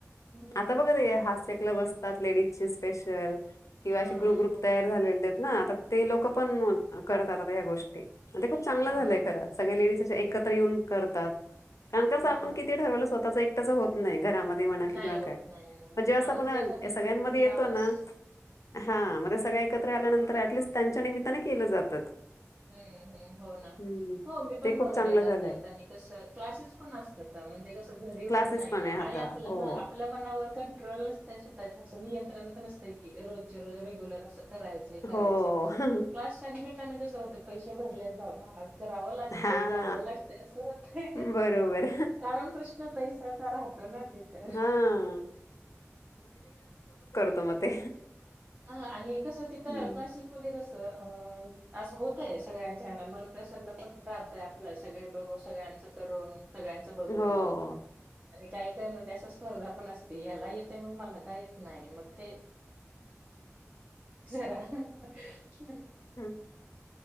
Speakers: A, on the right; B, on the left.
A: हम्म
B: आता बघा ना ते हास्य कलब असतात लेडीजचे स्पेशल किंवा
A: हा
B: अशे ग्रुप, ग्रुप
A: हो
B: तयार झालेले ना, आता ते लोकं पण करतात आता ह्या गोष्टी ते खूप चांगलं
A: हा
B: झालंय खरं, सगळे लेडीज असे एकत्र
A: हो ना
B: येऊन करतात. कारण कस
A: हा
B: आपण किती ठरवलं स्वतःच एकटाच होत नाही. घरामध्ये म्हणा
A: नाही
B: किंवा
A: होत
B: काय
A: नाही नाही
B: म्हणजे असं
A: हा मग
B: आपण
A: त्याच्यासाठी
B: सगळ्यांमध्ये
A: क्लास
B: येतो ना, हा म सगळ्या एकत्र आल्यानंतर, अऍटलिस्ट त्यांच्या निमितताने केलं जात.
A: हम्म ह् <unintelligible> हो ना
B: हम्म
A: हो मी पण
B: ते खूप
A: बघत
B: चांगलं
A: हे जाता
B: झालंय
A: येत आणि कस क्लासेस पण असतात. म्हणजे कस घरी होत
B: क्लासेस
A: नाही
B: पण
A: ना,
B: आहे आता
A: आणि ह आपल,
B: हो
A: आपल्या मनावर कंट्रल नसत्या <unintelligible> सोव्हता असतंय की रोज रोज रेग्युलर असं करायचंय करायचय
B: हो
A: मग त्याच क्षणी ना जसं होतं पैसे भरल्यात बाबा करावं लागतय
B: हां.
A: जावं लागतय असं होतय
B: बरोबर.
A: कारण कृष्ण पैसाचा राहत तो ना तिथ.
B: हां. त म ते.
A: हा आणि कसं तिथं
B: हं.
A: क्लासेस मध्ये कसं अ असं होतय सगळ्यांच्याना मन प्रसन्न पण राहतय आपला सगळे बघून सगळ्यांचं करून. सगळ्यांचं बघून
B: हो.
A: मग आणि काही काय म्हणजे अश्या स्पर्धा पण असते याला येतंय मग मला का येत नाही मग ते जरा <unintelligible>
B: हम